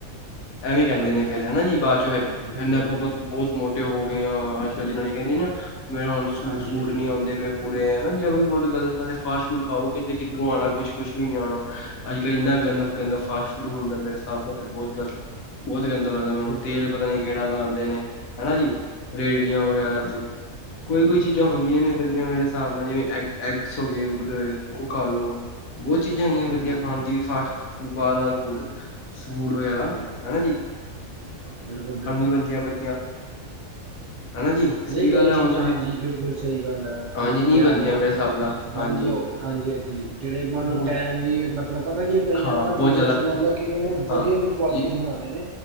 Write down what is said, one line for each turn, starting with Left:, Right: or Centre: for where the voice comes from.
Left: ਐਵੇਂ ਕਹਿੰਦੇ
Right: ਹਾਂਜੀ
Left: ਨੇ ਫਿਰ
Right: ਹਾਂਜੀ
Left: ਹੈ ਨਾਂ ਜੀ ਬਾਅਦ ਚੋਂ ਫਿਰ
Right: ਬਿਲਕੁਲ
Left: ਕਹਿੰਦੇ ਆਪਾਂ ਬਤ ਬਹੁਤ ਮੋਟੇ ਹੋ ਗਏ ਹਾਂ ਅੱਜ ਕੱਲ ਜਨਾਨੀ ਕਹਿੰਦੀ ਨਾ ਮੇਰਾ ਹੁਣ ਸੂ
Right: ਹਾਂਜੀ
Left: ਸੂਟ
Right: ਹਾਂਜੀ
Left: ਨੀ ਆਉਂਦੇ ਪਏ ਪੂਰੇ ਹਨਾ ਜੇ ਬਤ ਗਲਤ ਫਾਸਟ ਫੂਡ ਖਾਓ ਕਿਤੇ ਕਿਧਰੋਂ ਆਉਣਾ ਕੁ ਕੁਛ ਵੀ ਨੀ ਆਉਣਾ ਅੱਜ ਕੱਲ੍ਹ ਇੰਨਾ
Right: ਬਿਲ
Left: ਗੰਦਾ ਫਾਸਟ ਫੂਡ ਹੁੰਦਾ ਮੇਰਾ ਬਹੁਤ ਗਲਤ ਬਹੁਤ ਗੰਦਾ ਲੱਗਦਾ ਮੈਨੂੰ
Right: ਬਿਲਕੁਲ
Left: ਤੇਲ ਪਤਾ ਨੀ ਕਿਹੜਾ
Right: ਬਿਲਕੁਲ
Left: ਪਾਉਂਦੇ ਨੇ ਹੈ ਨਾਂ ਜੀ ਰੇੜੀਆਂ ਵਗੈਰਾ ਤੇ ਕੋਈ ਕੋਈ ਚੀਜ਼ਾਂ ਹੁੰਦੀਆਂ ਨੇ ਵਧੀਆ ਮੇਰੇ ਹਿਸਾਬ ਨਾਲ ਜਿਵੇਂ ਐਗਸ ਹੋ ਗਏ ਉਹ ਖਾ ਲੋ ਬਹੁਤ ਚੀਜ਼ਾਂ ਹੈਗੀਆ ਵਧੀਆ
Right: ਹਾਂਜੀ ਬਿਲਕੁਲ
Left: ਖਾਣ ਦੀ ਵੀ ਫਾਸਟ ਫੂਡ ਫੂਡ ਵਗੈਰਾ
Right: ਬਿਲਕੁਲ
Left: ਹੈ ਨਾਂ।
Right: ਬਿਲਕੁਲ ਬਿਲਕੁਲ
Left: ਬਣਦੀਆਂ ਵਧੀਆ ਹਨਾ ਜੀ ਸਹੀ
Right: ਨਹੀਂ ਕਈ
Left: ਗੱਲ ਹੈ
Right: ਚੀਜ਼ਾਂ
Left: ਹੁਣ ਤੁਸੀਂ
Right: ਹਾਂਜੀ ਬਿਲਕੁਲ ਸਹੀ ਗੱਲ ਹੈ
Left: ਹਾਂਜੀ
Right: ਤੁਸੀਂ
Left: ਨਹੀਂ
Right: ਕਿਹਾ
Left: ਬਣਦੀਆਂ
Right: ਆਪਣਾ
Left: ਮੇਰੇ ਹਿਸਾਬ ਨਾਲ
Right: ਮੰਨ
Left: ਹਾਂਜੀ
Right: ਲਓ ਹਾਂਜੀ ਹਾਂਜੀ ਜਿਹੜੇ ਮੰਨ
Left: ਬਹੁਤ
Right: ਲਓ ਟੈਮ ਵੀ ਮ ਤੁਹਾਨੂੰ ਪਤਾ ਕਿ ਕਈਆਂ
Left: ਹਾਂ
Right: ਦਾ
Left: ਬਹੁਤ
Right: ਬਿਜਨਸ
Left: ਜ਼ਿਆਦਾ
Right: ਮੰਨ ਲਓ ਕਈਆਂ ਨੂੰ
Left: ਹਾਂ
Right: ਵਧੀਆ ਵੀ ਕੁਆਲਿਟੀਜ਼
Left: ਜੀ,
Right: ਬਣਾਓ।